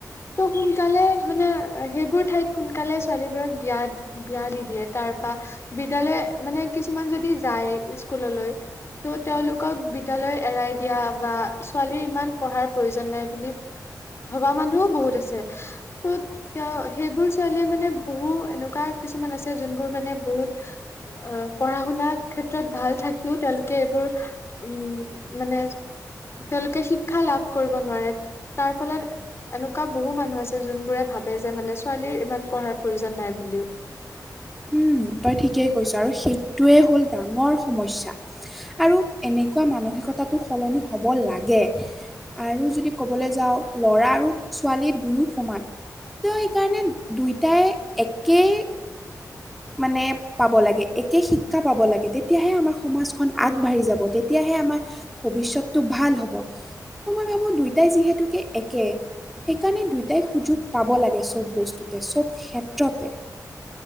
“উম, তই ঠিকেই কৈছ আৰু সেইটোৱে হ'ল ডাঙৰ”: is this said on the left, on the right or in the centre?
Centre